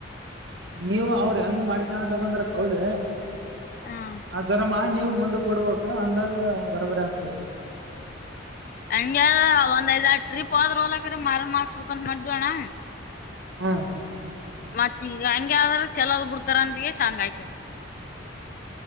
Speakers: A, on the right; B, on the left.
A: ನೀವು ಅವ್ರ ಹೆಂಗ ಮಾಡ್ಕಂತ ಬಂದ್ರ ಕೌಲಿ
B: ಹ್ಮ್
A: ಆದರಮ ನೀವು ಮುಂದಕ್ ಬಡ್ಬೇಕ ಅಂದಾಗ ಬರಬರಿ ಆಗ್ತದೆ
B: ಹಂಗಗೆಾರ ಒಂದ್ ಐದ್ ಆಾರ ಟ್ರಿಪ್ ಆದ್ರರು ಹೊಲಕ್ರ ಮರ ಮಾಡಾರ್ಸ್ಬೇಕಂತ ಮಾಡ್ದ್ವಣ್ಣ
A: ಹಾ
B: ಮತ್ ಈಗ ಹಂಗಗೆ ಆದ್ರ ಚಲೋದ್ ಬಿಡ್ತಾರ ಅಂತಗ ಸಾಂಗ್ ಆಕ್ಯವ